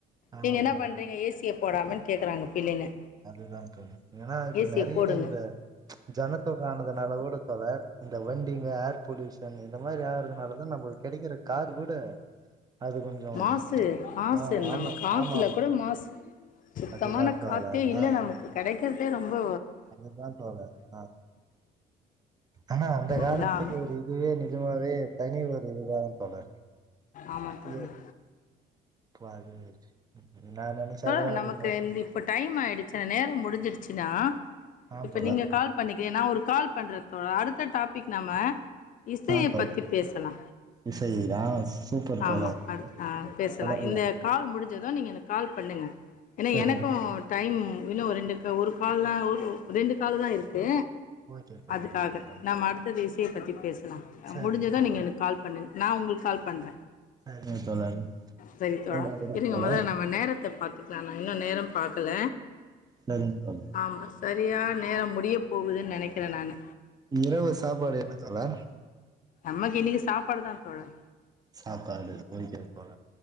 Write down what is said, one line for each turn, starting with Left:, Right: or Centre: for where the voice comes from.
Right: ஆமாம்
Left: நீங்க என்ன
Right: தோழர்.
Left: பண்றீங்க ஏ சிய போடாமன்னு கேக்குறாங்க பிள்ளைங்க
Right: அதுதான்க்கா ஏன்னா இப்ப
Left: ஏசியை
Right: நெறைய
Left: போடுங்க
Right: இந்த ஜனத்தொக ஆனதுனால கூட தோழர் இந்த வண்டிங்க ஏர் பொல்யூஷன் இந்த மாதிரி ஆகுறதுனாலதான நம்மளுக்கு கெடைக்கிற கார் கூட அது கொஞ்சோ
Left: மாசு மாசு
Right: ஆ
Left: நம்ம
Right: ஆமா
Left: காத்துல
Right: ஆமா
Left: கூட மாசு சுத்தமான
Right: அதுதா தோழர்
Left: காத்தே இல்ல
Right: ஆ
Left: நமக்கு கெடைக்கறதே ரொம்போ
Right: அதுதா தோழர் ஆ ஆனா அந்த காலத்து
Left: எல்லாமே
Right: ஒரு இதுவே நிஜமாவே தனி ஒரு இதுதா தோழர்
Left: ஆமாம் தோணும்
Right: எ <unintelligible> நான் நெனைச்ச
Left: தோழர்
Right: அளவு அது
Left: நமக்கு
Right: மாதிரி
Left: இந்த இப்ப டைம் ஆயிடுச்சா நேரோம் முடிஞ்சுடுச்சுடா
Right: ஆ
Left: இப்ப
Right: தோழர்
Left: நீங்க கால் பண்ணிக்கிறே நா ஒரு கால் பண்றப்பா அடுத்த டாபிக் நம்ம இசய
Right: ஆ தோழர்
Left: பத்தி பேசலா
Right: இசை ஆ சூப்பர்
Left: ஆமா
Right: தோழர்
Left: அடுத் ஆ பேசலாம்
Right: தொடரலா
Left: என்ன கால் முடுஞ்சதும் நீங்க எனக்கு கால் பண்ணுங்க ஏன்னா
Right: சரிங்க
Left: எனக்கும்
Right: தோழர்
Left: டைம் இன்னும் ரெண்டு ஒரு கால் தான் ரெண்டு கால் தான் இருக்கு
Right: ஓகே தோழர்
Left: அதுக்காக
Right: ஓகே தோழர்
Left: நாம்ம அடுத்தது இசைய பத்தி பேசலாம்
Right: சரிங்க
Left: முடிஞ்சதான்
Right: தோழர்
Left: நீங்க எனக்கு கால் பண்ண பண்ணுங்க நான் உங்களுக்கு கால் பண்றே
Right: சரிங்க தோழர்
Left: சரி தோழா
Right: சாப்பாடு என்ன
Left: இருங்க
Right: தோழர்
Left: முதல்ல நம்ம நேரத்த த்த பாத்துக்கலாநா இன்னும் நேரோம் பாக்கல
Right: சரிங்க தோழி
Left: ஆமா சரியா நேரோ முடிய போகுதுன்னு நெனைக்கிறே நான்
Right: இரவு சாப்பாடு என்ன தோழர்
Left: நம்க்கு இன்னைக்கு சாப்பாடு தா தோழர்
Right: சாப்பாடு கொதிக்குது போல